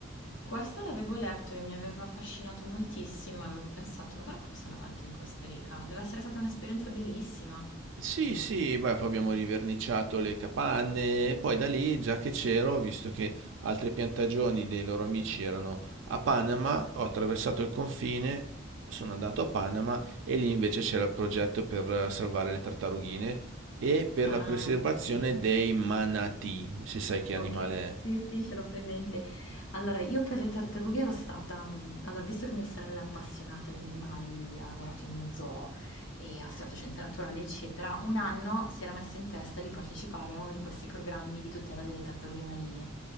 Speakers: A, on the left; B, on the right.
A: Questo l'avevo letto e mi aveva affascinato moltissimo, avevo pensato, guarda come sono avanti in Costa Rica, deve essere stata un'esperienza bellissima.
B: Sì, sì, beh, poi abbiamo riverniciato le capanne e poi da lì, già che c'ero, visto che altre piantagioni dei loro amici erano a Panama, ho attraversato il confine, sono andato a Panama e lì invece c'era il progetto per eh, salvare le tartarughine e per
A: Ah,
B: la preservazione
A: sì.
B: dei manatì, se sai che animale
A: Okay,
B: è.
A: sì, sì, ce l'ho presente. Allora, io per le tartarughe ero stata mhmm, allora visto che mia sorella è appassionata di animali, ha lavorato in uno zoo e ha studiato scienze naturali, eccetera, un anno si era messa in testa di partecipare a uno di questi programmi di tutela delle tartarughe marine.